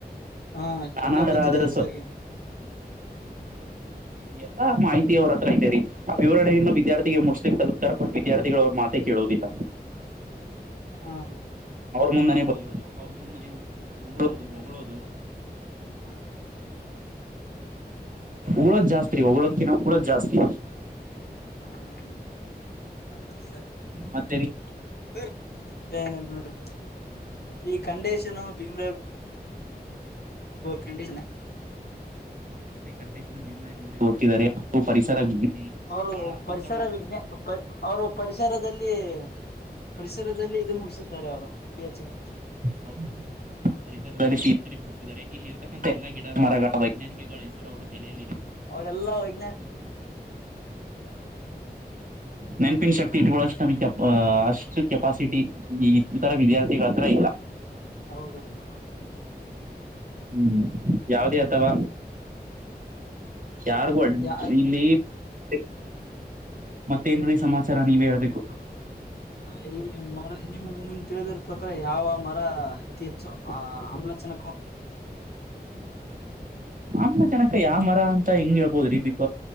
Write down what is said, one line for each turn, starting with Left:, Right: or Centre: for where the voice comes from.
Left: ಹಾ
Right: ನಾನಾದರ
Left: ಎಲ್ಲ ಗೊತ್ತಿದೆ
Right: ಅರ
Left: ಸರ್ಗೆ
Right: ಎಲ್ಲಾ ಮಾಹಿತಿ ಅವ್ರ ಹತ್ರ ಇದ್ದೇರಿ. ಆ ವಿವರಣೆಯನ್ನು ವಿದ್ಯಾರ್ಥಿಗೆ ಮುರ್ ತಲುಪ್ತಾರೆ ಬಟ್ಟ ವಿದಾರ್ಥಿಗಳ ಅವ್ರ ಮಾತೆ ಕೇಳುವುದಿಲ್ಲ.
Left: ಹಾ
Right: ಅವ್ರ ಮುಂದಾನನೆ ಬೈ್ಯೋದು ಅವ್ರ ಮುಂದಾನನೆ ಉಳೋದು ಹೊಗಳೋದು
Left: ಹಾ
Right: ಉಳೋ ಜಾಸ್ತ್ ರೀ ಹೊಗಳೋದ್ಕ ನಾವು ಉಳೋ್ ಜಾಸ್ತಿ
Left: ಹ
Right: ಮತ್ತೆ ರ
Left: ಸರಿ ಏನ ನೋಡ್ರಿ. ಈ ಕಂಡೀಷನ್ ಭೀಮ್ರೇ ಕಂಡೀನ್.
Right: ರಂಡೇಶ್ನ ಭೀಮಯ ಗುಡಿ ಹೋಗ್ತಿದ್ದಾರೆ ಅವರು ಪರಿಸರ
Left: ಅವರು
Right: ಬಹಳ ಅತ್ಯುತ್ತಮ
Left: ಪರಿಸರ ವಿಜ್ಞ ಅವರು ಪರಿಸರ ಪರಿಸರದಲ್ಲಿ ಪರಿಸರದಲ್ಲಿ ಇದು ಮುಗಿಸಿದ್ದಾರೆ ಅವರು ಪಿ ಎಚ್ ಡಿ
Right: ಹೌದಾ ಹ ಪರಿಸರದಲ್ಲಿ ಸಿಿ ಎಚ್ ಡಿ ಬಳಸಿದ್ದಾರೆ ಇಲ್ಲಿ ಇರತಕ್ಕಂಥ ಎಲ್ಲಾ ಗಿಡ ಮರಗಳ ವೈಜ್ಞಾನಿಕಗಳ ಹೆಸರು ಅವರು ತಲಿಯಲಿದೆ.
Left: ಅವರೆಲ್ಲಾ ವಗ್ಞ
Right: ನೆನಪಿನ ಶಕ್ತಿ ಇಟ್ಕಷ್ಟು ನಮಗೆ ಕೆ ಅಷ್ಟು ಕೆಪಾಸಿಟಿ. ಈ ಇತರ ವಿದ್ಯಾರ್ಥಿಗಳ ಹತ್ರ ಇಲ್ಲ.
Left: ಹೌದೌದು ಹೌದ
Right: ಹ್ಮ್ ಯಾವದೇ
Left: ಹ್ಮ್
Right: ಅಥವಾ ಯಾರ್ಗೂ
Left: ಯಾ
Right: ಇಲ್ಲಿ ಅದ ಮತ್ತೇನ್ ಸಮಾಚಾರ ನೀವೇ ಹೇಳ್ಬೇಕು.
Left: ಹ ಈ ಮರ ನಿಮ್ ನಿಮ ತಿಳಿದರ ಪ್ರಕಾರ ಯಾವ ಮರ ಅತಿ ಹೆಚ್ಚು ಆ ಆಮ್ಲಜನಕ.
Right: ಅಮ್ಮ ಚನಕ ಯಾವ ಮರ ಅಂತ ಹಿಂಗ್ ಹೇಳ್ಬೋದ್ರಿ ಬಿಕ